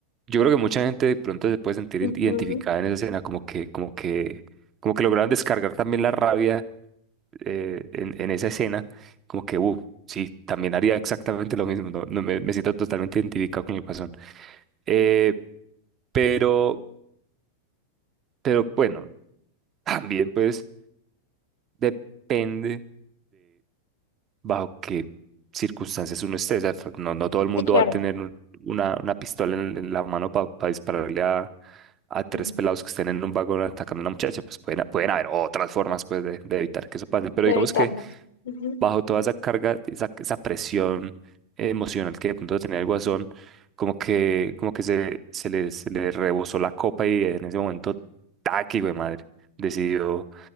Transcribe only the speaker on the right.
yo creo que mucha gente de pronto se puede sentir
in- identificada en esa escena, como que, como que, como que lograron descargar también la rabia eh, en, en esa escena, como que, uh, sí, también haría exactamente lo mismo, no, no me, me siento totalmente identificado con el Guasón. Eh, pero, pero bueno, también pues depende bajo qué circunstancias uno esté. O sea, no, no todo el mundo
va a tener un- una, una pistola en, en la mano para dispararle a, a tres
pelados que estén en un vagón atacando a una muchacha. Pues pueden, pueden haber otras formas pues, de, de evitar que eso pase. Pero
digamos
que
bajo toda esa carga, esa, esa presión emocional que de pronto tenía el Guasón, como que, como que se, se le, se le rebosó la copa y en ese momento, taqui, güey, madre, decidió